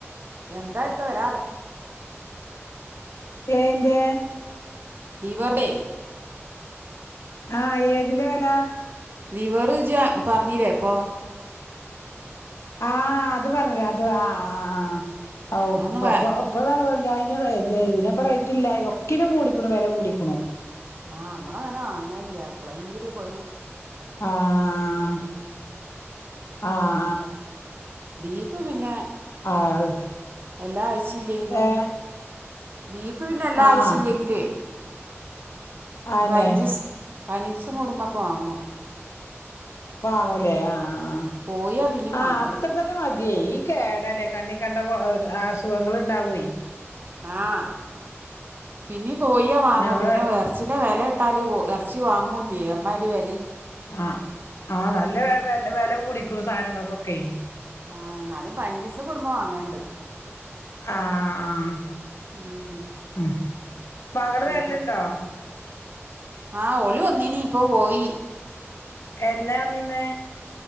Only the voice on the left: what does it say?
എയിന്റെ
ആഹ്‌ ഏതിന്റെ വില
ആഹ്‌ അത് പറഞ്ഞരാ അത് ആ ആ ആ ഔ
അപ്പോ അപ്പൊല്ല അതി ഇതിനപ്പ റേറ്റ്ല് ഒക്കിനും കൂടിക്കണു വരെ കൂടിക്കണോ
ആഹ്‌ ആഹ്‌
ആഹ് ആഹ്
ഏ
ആഹ്
അന്നെ
വാങ്ങൂലേ ആഹ് ആഹ
ആഹ്
അത്ര അത്ര മതിയേ ഈ കേടല്ലേ കണ്ണ കണ്ട അസുഖങ്ങൾ ഉണ്ടാവുവേ
ഞമ്മള്
ആഹ് ആഹ് നല്ല വ വില കൂടിക്കുന്നു സാധനങ്ങൾക്കൊക്കെ
ആഹ്
ഉം മകള്
വരലുണ്ടോ
എന്നാ വന്നിനെ